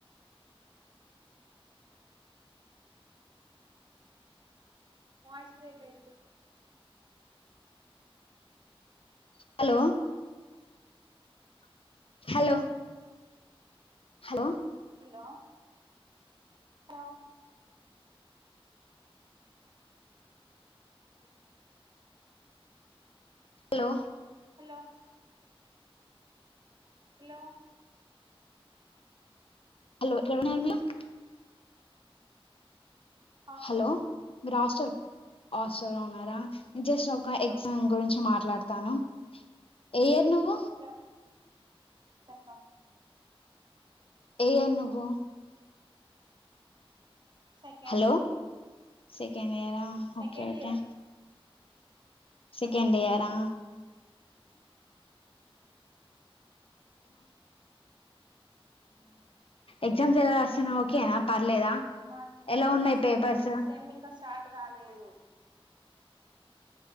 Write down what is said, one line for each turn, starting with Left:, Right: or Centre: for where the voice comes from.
Right: voice break అయితుంది
Left: hello hello hello
Right: hello hello
Left: hello
Right: లో hello
Left: hello <inaudible>
Right: హాస్టల్లో
Left: hello మీరు hostel hostel లో ఉన్నారా జస్ట్ ఒక ఎగ్జామ్ గురించి మాట్లాడతాను ఏ ఇయర్ నువ్వు
Right: హలో చెప్పండి
Left: ఏ ఇయర్ నువ్వు
Right: సెకండ్
Left: హలో
Right: ఇయర్
Left: సెకండ్ ఇయరా
Right: second
Left: okay okay
Right: year
Left: second year ఆ ఎగ్జామ్స్ ఎలా ఓకేనా పర్లేదా
Right: మాకు ఇంకా
Left: ఎలా
Right: ఎగ్జామ్స్
Left: ఉన్నాయి పేపర్స్
Right: సెమ్ ఇంకా స్టార్ట్ కాలేదు